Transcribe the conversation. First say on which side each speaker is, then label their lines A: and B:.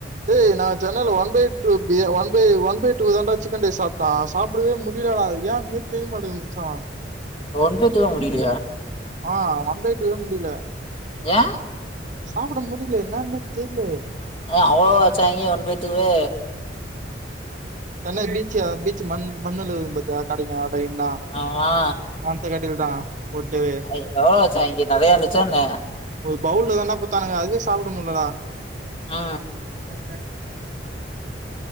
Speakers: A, on the right (about 45°); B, on the left (about 30°).
A: டேய் நா சென்னனைல ஒன் பை டூ பிய one by one by two தாண்டா சிக்கன் ரைஸ் சாப் ட சாப்டவே முடியலடா அது ஏன்னே தெரியமாட்டுது மச்சா
B: ஒன் பை டூ வே முடியலையா
A: ஆ ஒன் பை டூ தா முடிய்ல
B: ஏ
A: சாப்ட முடிய்ல என்னானே தெர்லயே
B: ஏ அவ்ளோவா வச்சாங்கெ ஒன் பை டூ வு
A: சென்னை பீச்ச பீச்சு மண் மண்ணுல இருக்கு பாத்தியா கடைங்க லைன்னா
B: ஆமா
A: அந்த கடைல் தா ஒட்டவே
B: அவங்கெ எவளோ வச்சாங்கெ நெறையா இருந்துச்சா என்ன
A: ஒரு பவுல்ல தான்டா குத்தானுங்க அதுவே சாப்ட முட்லடா
B: ஆ
A: கரெக்டா